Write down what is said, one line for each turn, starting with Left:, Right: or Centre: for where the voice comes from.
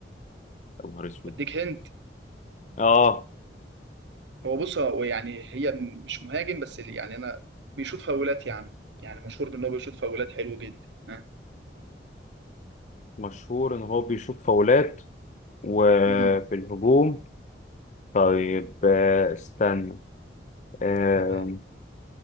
Left: يا نهار اسود
Right: اديك هند
Left: اه
Right: هو بص هو يعني هي مش مهاجم بس اللي يعني انا بيشوط فاولات يا عم يعني مشهور بان هو بيشوط فاولات حلو جدا ها
Left: مشهور ان هو بيشوط فاولات وفي
Right: امم
Left: الهجوم طيب آه، استنى آم،
Right: تمام